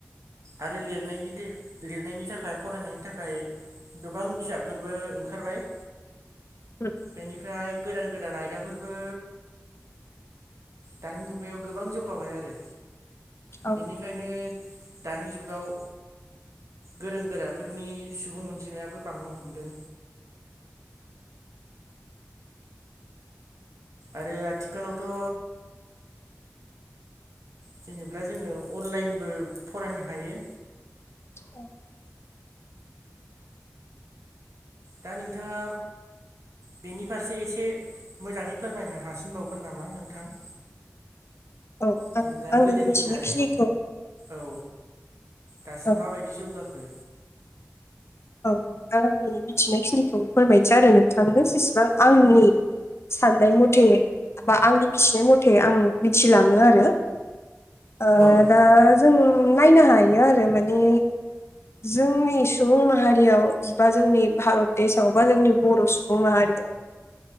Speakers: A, on the right (about 75°); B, on the left (about 60°).
A: आरो लिरनायनि थे-लिरनायनि थाखाय फरायनायनि थाखाय गोबां बिजाबफोरबो ओंखारबाय।
B: <unintelligible>
A: बेनिफ्राय गोदान गोदान आयदाफोरबो दानि मुगायाव गोबां जौगाबाय आरो।
B: औ
A: बेनिखायनो दानि जुगाव गोरों गोराफोरनि सुबुं अनजिमायाबो बांनो हमदों। आरो आथिखालावथ' जेनोब्ला जोङो अनलाइनबो फरायनो हायो।
B: औ
A: दा नोंथाङा बेनि फारसे एसे मोजाङै फोरमायनो हासिनबावगोन नामा नोंथां। <inaudible>
B: औ
A: जेनेबा
B: आं आंनि
A: गोदोनिफ्राय
B: मिथिनायखिनिखौ
A: औ दासिम
B: औ
A: माबायदि जौगाखो।
B: औ आंनि मिथिनायखिनिखौ फोरमायसै आरो नोंथांनो जेसेबां आंनि साननाय मथे बा आंनि मिसिनाय मथे आं मिथिलाङो आरो ओ
A: औ नोंथां
B: दा जों नायनो हायो आरो माने जोंनि सुबुं मा हारियाव जि बा जोंनि भारत देशआव बा जोंनि बर' सुबुं माहारियाव